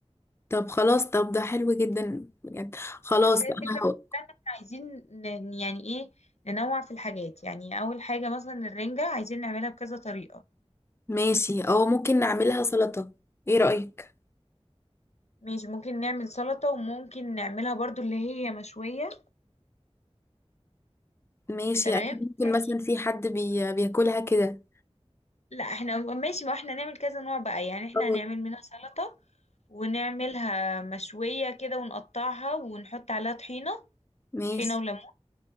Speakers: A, on the left; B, on the left.
A: طب خلاص طب ده حلو جدا بجد خلاص
B: بس هي
A: انا
B: الفكرة بقى
A: هقول
B: كلها إن احنا عايزين ن- يعني ايه ننوع في الحاجات يعني أول حاجة مثلا الرنجة عايزين نعملها بكذا طريقة
A: ماشي او ممكن نعملها سلطة ايه رأيك
B: مش ممكن نعمل سلطة وممكن نعملها برضو اللي هي مشوية
A: ماشي
B: تمام
A: اكيد ممكن
B: يعني
A: مثلا في حد بي... بياكلها كده
B: لا احنا ماشي ما احنا نعمل كذا نوع بقى يعني احنا
A: أوه.
B: هنعمل منها سلطة ونعملها مشوية كده ونقطعها ونحط عليها طحينة
A: ماشي
B: طحينة وليمون